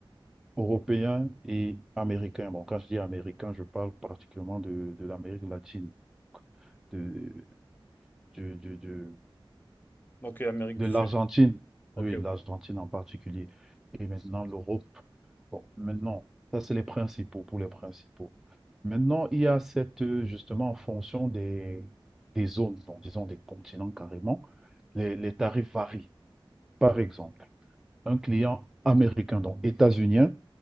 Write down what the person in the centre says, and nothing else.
européens et américains. Bon, quand je dis américains, je parle particulièrement de, de l'Amérique latine, de, du du du
de
l'Argentine,
oui,
l'Argentine en particulier, et maintenant l'Europe. Bon, maintenant, ça c'est les principaux, pour les principaux. Maintenant, il y a cette, euh, justement, en fonction des, des zones, bon, disons des continents carrément, les, les tarifs varient. Par exemple, un client américain, donc états-unien,